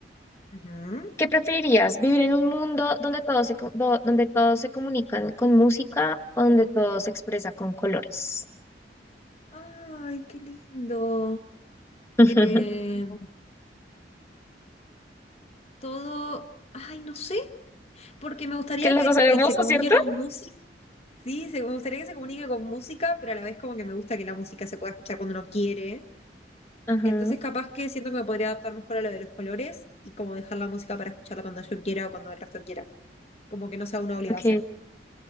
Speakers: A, on the left (about 35°); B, on the left (about 15°).
A: Ujú.
B: ¿Qué preferirías? ¿Vivir en un mundo donde todos se, co- do- donde todos se comunican con música o donde todo se expresa con colores?
A: Ay, qué lindo.
B: <laughs>
A: Eh, todo, ay, no sé, porque me gustaría
B: Es que las
A: que,
B: dos son hermosas,
A: que se comunique
B: ¿cierto?
A: con música. Sí, se- me gustaría que se comunique con música, pero a la vez como que me gusta que la música se pueda escuchar cuando uno quiere.
B: Ajá.
A: Entonces, capaz que siento que me podría adaptar mejor a lo de los colores y como dejar la música para escucharla cuando yo quiera o cuando el resto quiera. como que no sea una obligación.
B: Ok,